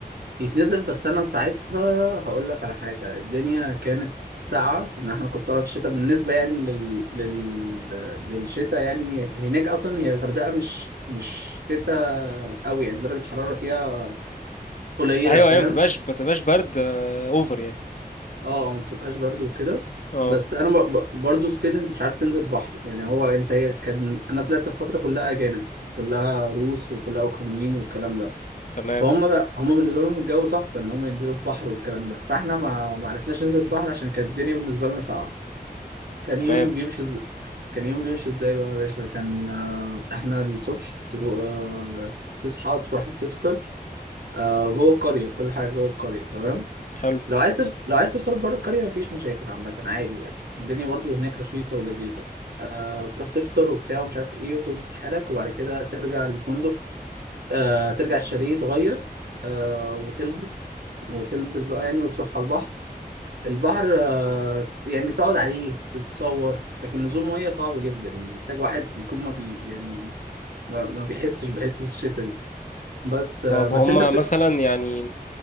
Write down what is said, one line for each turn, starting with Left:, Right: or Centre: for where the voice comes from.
Right: بيتنزل بس انا ساعتها هقول لك على حاجه الدنيا كانت ساقعه ان احنا كنت طالع في الشتاء بالنسبه يعني لل... لل... للشتاء يعني هناك اصلا هي الغردقه مش مش شتاء قوي يعني درجه الحراره فيها قليله
Left: ايوه
Right: فاهم
Left: ايوه ما تبقاش ما تبقاش برد آه، اوفر يعني
Right: اه ما بتبقاش برد وكده
Left: اه
Right: بس انا ب... ب- برضو ستيل انت مش عارف تنزل بحر يعني هو انت هي كان انا طلعت الفتره كلها اجانب كلها روس وكلها اوكرانيين والكلام ده
Left: تمام
Right: فهم بقى هم بالنسبه لهم الجو تحفه ان هم ينزلوا البحر والكلام ده فاحنا ما ما عرفناش ننزل البحر عشان كانت الدنيا بالنسبه لنا ساقعه كان
Left: تمام
Right: يوم بيمشي إز... كان يوم بيمشي ازاي بقى يا باشا كان آه، احنا الصبح تروح آه، تصحى تروح تفطر آه، جوه القريه كل حاجه جوه القريه تمام
Left: حلو
Right: لو عايز تف... لو عايز تفطر بره القريه مفيش مشاكل عامه عادي يعني الدنيا برضو هناك رخيصه ولذيذه آه، تروح تفطر وبتاع ومش عارف ايه وتظبط حالك وبعد كده ترجع للفندق آه، ترجع الشاليه تغير وتلبس وتلبس بقى يعني وتروح على البحر البحر آه، يعني تقعد عليه تتصور لكن نزول ميه صعب جدا يعني محتاج واحد يكون ما بي يعني ما, ما بيحسش بحته الشتا دي بس آه،
Left: طب
Right: بس
Left: هما
Right: انت بت...
Left: مثلا يعني